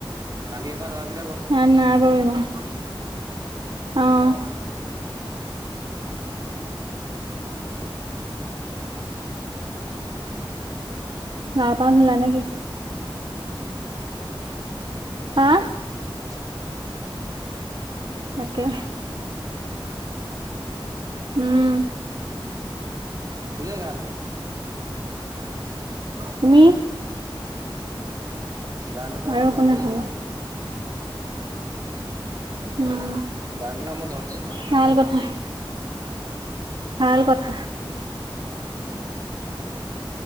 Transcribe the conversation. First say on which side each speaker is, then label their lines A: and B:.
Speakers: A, on the right; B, on the right.
A: কালি এবাৰ দবা পিতা
B: ইয়াত নাই বাৰু ইমান। অহ ইয়াত পানলা নে কি হা
A: অ
B: তাকে উম
A: এনেই আৰু
B: তুমি
A: গা নোধোৱা
B: আৰু
A: মোৰ দহ
B: কোনে
A: দিন
B: থব
A: হল <inaudible>
B: উম
A: গা নোধোৱা মোৰ দহ দিন হ'
B: ভাল কথা ভাল কথা <inaudible>
A: উম